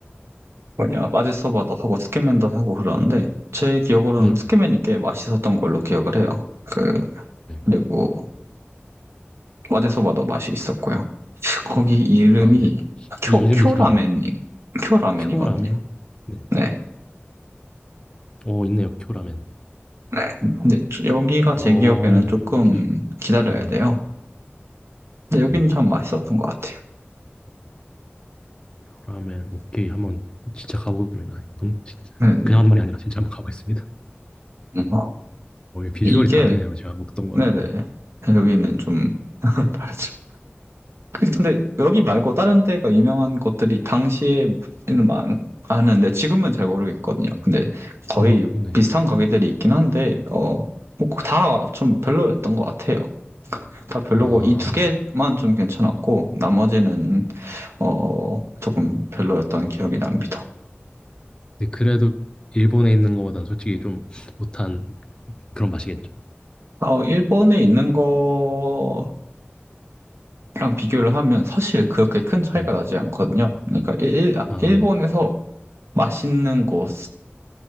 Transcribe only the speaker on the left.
네.
네.
아, 네.
아, 이름이
기억 안 나.
쿄라멘? 네.
어, 있네요. 쿄라멘.
어,
비,
네.
음,
쿄라멘. 오케이. 한번 진짜 가보겠습니다. 동, 진짜.
그냥 하는 말이 아니라 진짜 한번 가보겠습니다.
어, 이 비주얼이
다르네요. 제가 먹던 거랑,
네.
네.
음, 네.
아,
네. 그래도 일본에 있는 것보다는 솔직히 좀 못한 그런 맛이겠죠.
네.
아,
네.